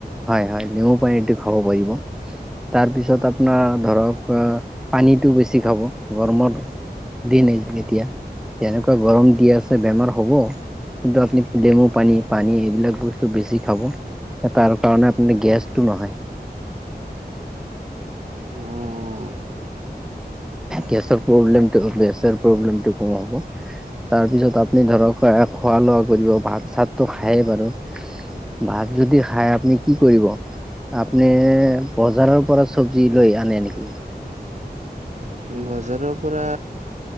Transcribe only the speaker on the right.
অঁ।
বজাৰৰ পৰা,